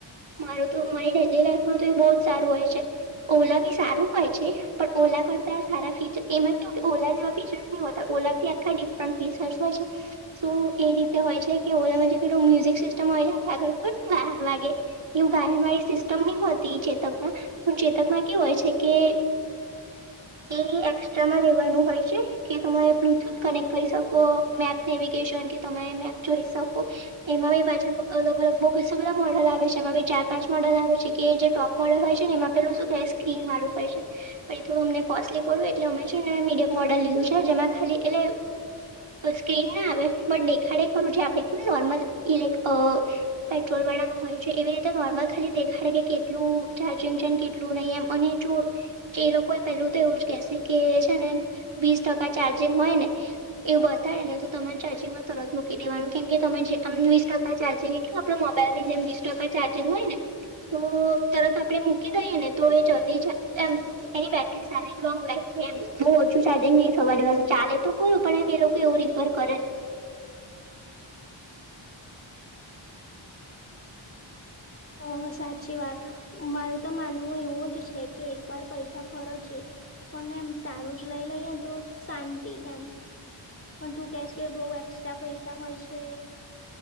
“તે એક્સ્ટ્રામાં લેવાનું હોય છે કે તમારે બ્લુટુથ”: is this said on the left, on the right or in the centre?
Right